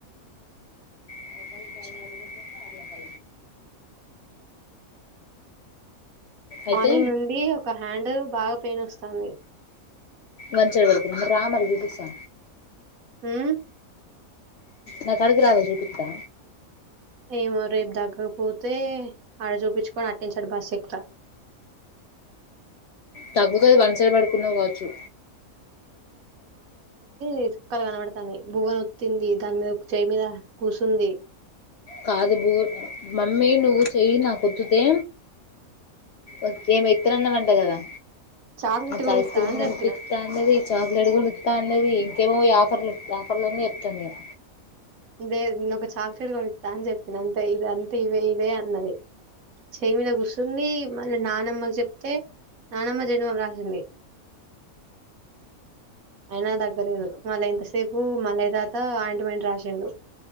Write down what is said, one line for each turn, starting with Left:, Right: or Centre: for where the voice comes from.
Left: <unintelligible> అయితే
Right: మార్నింగ్ నుండి ఒక హ్యాండ్ బాగా పెయిన్ ఓస్తాంది
Left: వంచే వరకు రా మరి చూపిస్తా
Right: హ్మ్.
Left: నాకడికి రావే చూపిత్తా
Right: ఏమో రేపు తగ్గకపోతే ఆడ చూపించుకొని అటునుంచి అటే బస్ ఎక్కుత
Left: తగ్గుతది వన్ సైడ్ పడుకున్నవ్ కావచ్చు
Right: ఇ చుక్కాలు కనబడతాన్నాయి బువ్వన్ ఒత్తింది దాని మీద ఒక చేయ మీద కూసుంది
Left: కాదు బూ మమ్మీ నువ్వు చెయ్యి నాకొత్తుతే ఒకే ఏమో ఇత్తనన్నవ్ అంట కదా
Right: చాక్లెట్
Left: నాక్
Right: కొనిత్తా
Left: ఐస్ క్రీమ్
Right: అని
Left: కొనిపిత్త
Right: చెప్పిన
Left: అన్నది చాక్లేెట్ కొని పిత్త అన్నది ఇంకేమో ఆఫర్లు ఆఫర్లన్ని చెప్తుందిగా
Right: లేద్ నేనొక చాక్లెట్ కొనిత్తా అని చెప్పిన అం తే ఇదంతే ఇవే ఇదే అన్నది చేయిమీద కుసుంది మళ్ళ నానమ్మకు చెప్తే నానమ్మ జెండుబాం రాసింది అయినా దగ్గలేదు మళ్ళా ఇంతసేపు మల్లయ్య తాత అయింటిమెంట్ రాసిండు